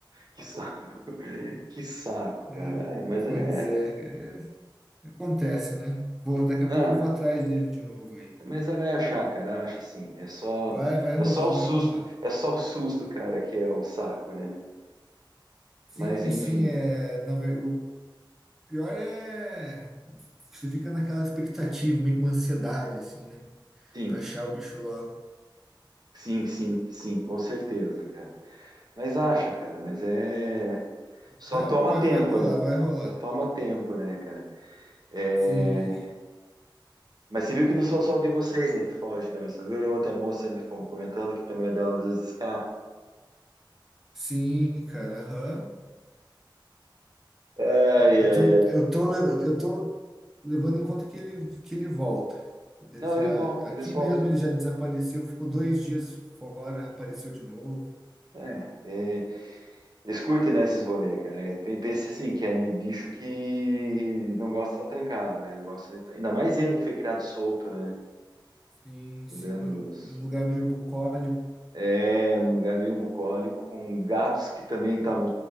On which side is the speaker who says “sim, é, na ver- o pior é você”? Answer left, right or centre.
Centre